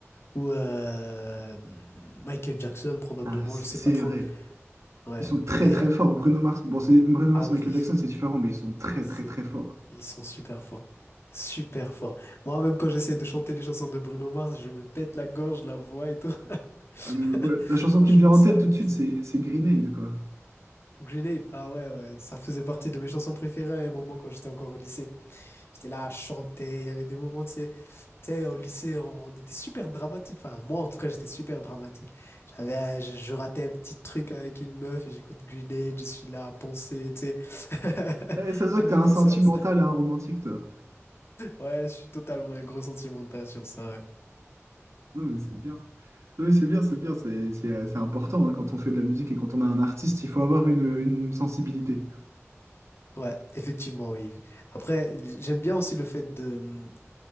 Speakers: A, on the left (about 55°); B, on the right (about 75°).
A: ou euh, Michael Jackson probablement.
B: Ah, c-
A: Je sais
B: c'est
A: pas trop.
B: vrai.
A: Ouais.
B: Ils sont très,
A: Mais
B: très forts. Bruno Mars, bon, c'est Bruno Mars
A: ah oui,
B: et Michael Jackson, c'est différent, mais ils sont très,
A: c'est
B: très, très forts.
A: ils sont super forts, super forts. Moi, même quand j'essaie de chanter les chansons de Bruno Mars, je me pète la gorge, la voix et tout. <laughs>
B: Ah, mais voilà, La chanson
A: Franchement,
B: qui me vient en
A: c'est
B: tête
A: abusé.
B: tout de suite, c'est c'est Green Aid, quoi.
A: Grenade, ah ouais, ouais, ça faisait partie de mes chansons préférées à un moment quand j'étais encore au lycée. J'étais là à chanter, il y avait des moments, tu sais, tu sais, au lycée, on, on était super dramatique. Enfin, moi, en tout cas, j'étais super dramatique. J'avais, un- je, je ratais un petit truc avec une meuf et j'écoute Grenade, je suis là à penser, tu sais. <laughs>
B: Eh, ça se voit
A: J'avais
B: que t'as un
A: pensé
B: sentimental
A: à ça.
B: et un romantique, toi.
A: Ouais, je suis totalement un gros sentimental sur ça, ouais.
B: Non, mais c'est bien. Non, mais c'est bien, c'est bien. C'est c'est- c'est important hein, quand on fait de la musique et quand on a un artiste, il faut avoir une, une sensibilité.
A: Ouais, effectivement, oui. Après, j'aime bien aussi le fait de, hum,